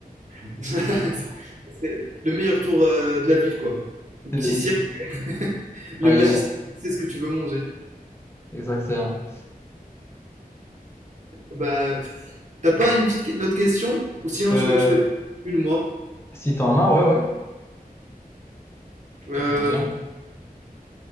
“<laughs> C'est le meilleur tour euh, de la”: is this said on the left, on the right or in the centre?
Right